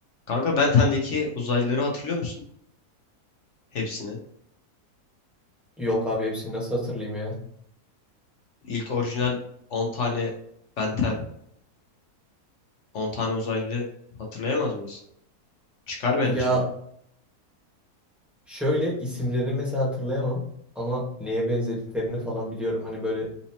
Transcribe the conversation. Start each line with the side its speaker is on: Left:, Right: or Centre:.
Left: Kanka Benten'deki uzaylıları hatırlıyor musun? Hepsini.
Centre: Yok abi hepsini nasıl hatırlayayım ya?
Left: İlk orijinal 10 tane Benten, 10 tane uzaylı hatırlayamaz mıyız? Çıkar bence.
Centre: Ya şöyle isimlerini mesela hatırlayamam ama neye benzediklerini falan biliyorum. Hani böyle